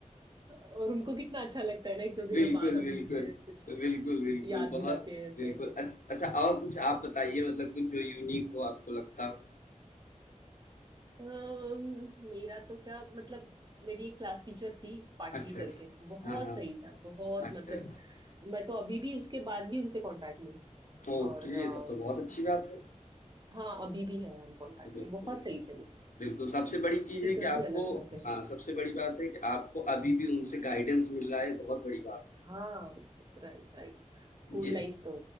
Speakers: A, on the right; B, on the left.
A: और उनको कितना अच्छा लगता है ना इतने दिनों
B: बिल्कुल,
A: बाद हम
B: बिल्कुल।
A: मिलते हैं कुछ
B: बिल्कुल, बिल्कुल,
A: याद
B: बहुत
A: दिलाते हैं ऐसे
B: बिल्कुल। अच्छ अच्छा और कुछ आप बताइए मतलब कुछ जो यूनिक हो आपको लगता हो?
A: अम्म, मेरा तो क्या मतलब मेरी एक क्लास टीचर थी पाटिल
B: अच्छा,
A: करके
B: अच्छा।
A: बहुत
B: हाँ, हाँ।
A: सही था बहुत
B: अच्छा,
A: मतलब
B: अच्छा।
A: मैं तो अभी भी उसके बाद भी उनसे कांटेक्ट में हूँ
B: ओके,
A: और अम्म,
B: तब तो बहुत अच्छी बात है।
A: हाँ अभी भी है हम कांटेक्ट
B: बिल्कुल,
A: में बहुत सही थे वो
B: बिल्कुल। सबसे बड़ी चीज़
A: टीचर
B: है कि आपको
A: थी अलग रहते हैं
B: हाँ, सबसे बड़ी बात है कि आपको अभी भी उनसे गाइडेंस मिल रहा है, बहुत बड़ी बात
A: हाँ राइट राइट स्कूल
B: है। जी,
A: लाइफ तो